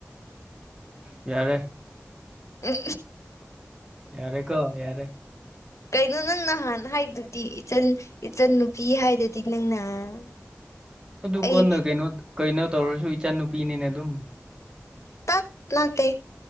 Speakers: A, on the right; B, on the left.
A: ꯌꯥꯔꯦ
B: ꯎꯝ
A: ꯌꯥꯔꯦ ꯀꯣ ꯌꯥꯔꯦ
B: ꯀꯩꯅꯣ ꯅꯪ ꯅꯍꯥꯟ ꯍꯥꯏꯗꯨꯗꯤ ꯏꯆꯟ-ꯏꯆꯟ ꯅꯨꯄꯤ ꯍꯥꯏꯔꯤꯗꯨꯗꯤ ꯅꯪꯅ <inaudible>
A: ꯑꯗꯨ
B: ꯑꯩ
A: ꯀꯣꯟꯅ ꯀꯩꯅꯣ-ꯀꯩꯅꯣ ꯇꯧꯔꯁꯨ ꯏꯆꯟꯅꯨꯨꯄꯤꯅꯤꯅ ꯑꯗꯨꯝ
B: ꯇꯠ ꯅꯠꯇ